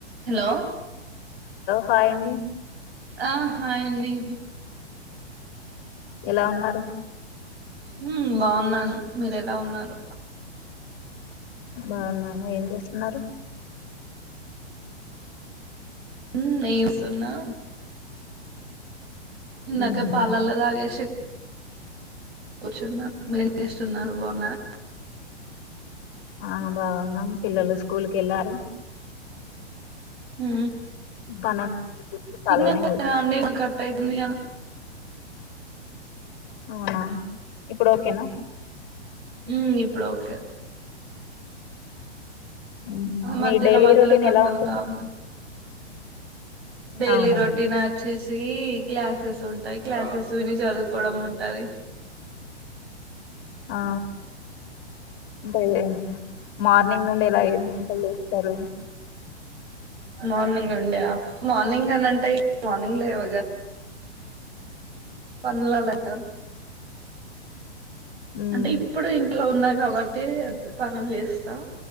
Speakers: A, on the right; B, on the left.
A: Hello
B: పాయండి
A: ఆ hi అండి
B: ఎలా ఉన్నారు
A: హుమ్ బాగున్నాను మీ రెలా ఉన్నారు
B: బాగున్నాన ఏం చేస్తున్నారు
A: మ్ నేయసన్నా ఇందాక
B: ఉహు
A: పాలల్లో దాగేసి కూర్చున్న మస్తున్నారు బాగున్నారు
B: ఆ బాగున్నాం పిల్లలు స్కూల్ కెళ్లారు
A: హా
B: పన
A: సిగ్నల్
B: ఖాళీగానే కూర్చు
A: <unintelligible> టైటుంది కదా
B: అవునా ఇప్పుడు ఓక్కేనా
A: ఈ ముమ ఇప్పుడు ఓక్కే
B: ఉహు
A: మధ్యలో
B: మీ డైలీ
A: మధ్యలో
B: రొటీన్
A: కట్
B: ఎలా
A: అవుతా
B: ఉంటుంది
A: ఉన్నయి డైలీ
B: అవునండి
A: రోటీన అచ్చె ది క్లాసెస్ ఉంటాయి క్లాసెస్ విని చదువుకోవడం ఉంటది
B: ఆ అంటే మార్నింగ్ నుండి ఇలా ఏన్ని గంటలు వస్తారు
A: మార్నింగ్ ఉండయా మార్నింగ్ అని అంటే మార్నింగ్ లేవగా పన్నలాలటా
B: ఉ
A: అంటే ఇప్పుడు ఇంట్లో ఉన్నా కాబట్టి ఎంత పనులు చేస్తాం